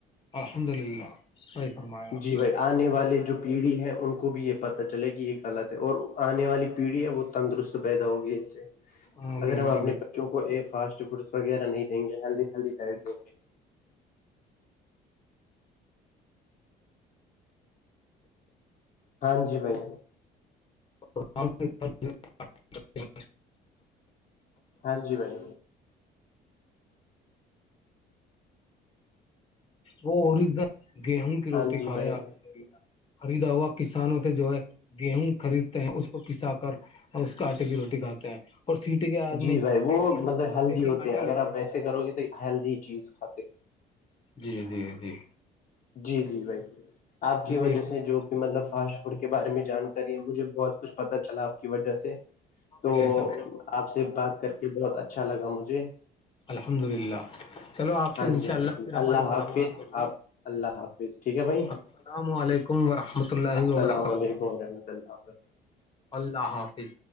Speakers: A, on the left; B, on the left.
A: الحمد للہ بیح فرمایا آ
B: جی
A: اپنا
B: بھائی آنے والے جو پیڑھی ہے ان کو بھی یہ پتہ چلے کہ یہ غلط ہے اور آنے والی پیڑھی ہے وہ تندرست پیدا ہوگی اس سے
A: نے ہاں
B: اگر
A: بالکل
B: ہم اپنے بچوں کو فاسٹ فوڈس وغیرہ نہیں دیں گے ہیلدی ہیلدی ڈائٹ دیں گے ہاں جی بھائی
A: <unintelligible>
B: ہاں جی بھائی
A: وہ اوریجنل گیہوں کی روٹی
B: ہاں جی
A: کھا
B: بھائی
A: رہے ہیں الحمد للہ خریدا ہوا کسانوں سے جو ہے گیہوں خریدتے ہیں اس کو پسا کر اس کے آٹے کی روٹی کھاتے ہیں اور سیٹی کے آدمی
B: جی بھائی وہ
A: پیکنگ
B: مطلب ہیلدی
A: پیکنگ
B: ہوتے
A: آٹا
B: ہیں اگر
A: لے
B: آپ
A: لیتا
B: ایسے
A: ہے
B: کرو گ تو ہیلدی چیز کھاتے
A: جی جی جی
B: جی جی بھائی آپ کی
A: جی
B: وجہ
A: دیکھیے
B: سے جو مطلب فاسٹ فوڈ کے بارے میں جانکاری ہے مجھے بہت کچھ پتا چلا آپ کی وجہ سے تو
A: جی سب
B: آپ سے بات کر کے بہت اچھا لگا مجھے
A: الحمد للہ چلو آپ سے
B: ہاں
A: انشاء
B: جی ہاں
A: اللہ
B: جی
A: پھر ہماری
B: اللہ
A: ملاقات
B: حافظ
A: ہوگی
B: آپ اللہ حافظ ٹھیک ہے بھائی
A: السلام علیکم ورحمۃ اللہ
B: السلام
A: وبرکاتہ
B: علیکم ورحمۃ اللہ وبرکاتہ
A: اللہ حافظ